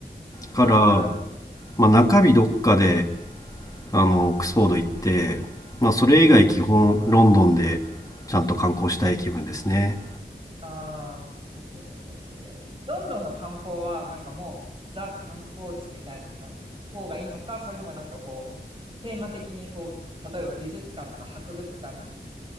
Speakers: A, on the left; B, on the right.
A: から、
B: ああ、なるほど。
A: まあ、中日どっかで、あの、オックスフォード行って、まあ、それ以外基本ロンドンでちゃんと観光したい気分ですね。
B: ああ、OK です、OK です。ロンドンの観光は、なんかもう、ザ観光地みたいな方がいいのか、それともなんかこう、テーマ的にこう、例えば美術館とか博物館